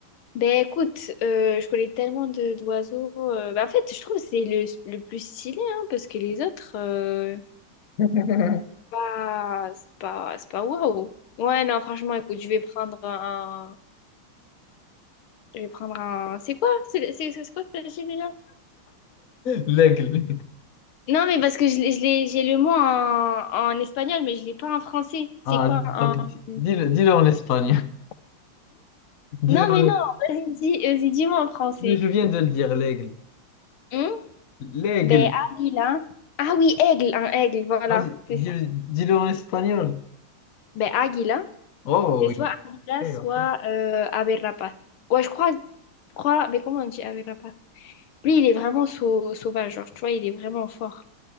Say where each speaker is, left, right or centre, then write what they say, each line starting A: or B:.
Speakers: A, on the left; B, on the left.
A: Ben écoute, euh, je connais tellement de d'oiseaux. euh, ben, en fait, je trouve que c'est le, le plus stylé, hein, parce que les autres, euh,
B: <laughs>
A: pas- c'est pas, c'est pas waouh. Ouais, non, franchement, écoute, je vais prendre un. Je vais prendre un. C'est quoi? C'est c'est- c'est quoi que t'as dit déjà?
B: L'aigle.
A: Non, mais parce que je, l'ai- je l'ai- j'ai le mot en, en espagnol, mais je l'ai pas en français. C'est
B: Ah,
A: quoi un.
B: donc di-
A: Hmm
B: dis-le dis-le en espagnol. <laughs> Dis-le
A: Non,
B: en...
A: mais non, vas-y, dis, vas-y, dis-moi en français.
B: Mais je viens de le dire, l'aigle.
A: Hmm
B: L'aigle.
A: Ben, Aguila. Ah oui, aigle, un aigle, voilà,
B: Vas-y,
A: c'est
B: dis-le
A: ça.
B: dis-le en espagnol.
A: Ben, Aguila.
B: Oh,
A: c'est
B: oui.
A: soit Aguila
B: Ok,
A: soit
B: ok.
A: euh, ave rapaz. Ouais, je crois, je crois, mais comment on dit ave rapaz? Lui, il est vraiment sau- sauvage, genre, tu vois, il est vraiment fort.